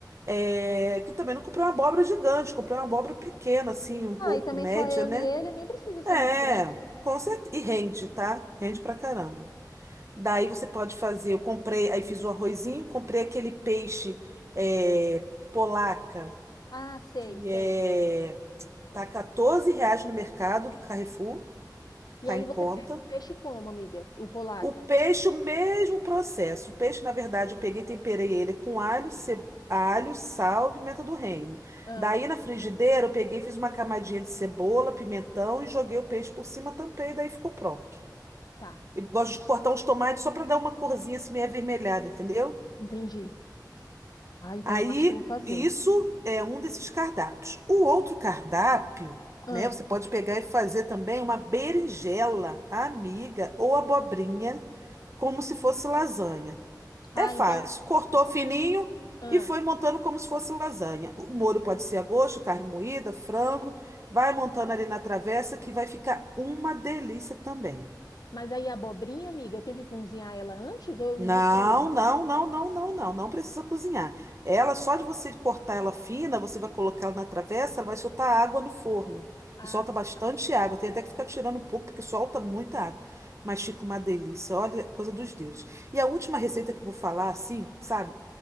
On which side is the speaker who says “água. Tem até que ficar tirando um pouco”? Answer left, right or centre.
Right